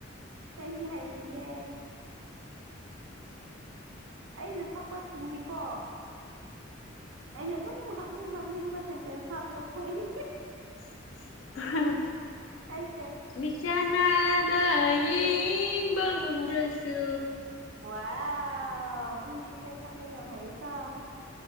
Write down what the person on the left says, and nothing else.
<unintelligible>
ꯃꯤꯆꯅ ꯅ ꯌꯦꯕ ꯉꯝꯗ꯭ꯔꯁꯨ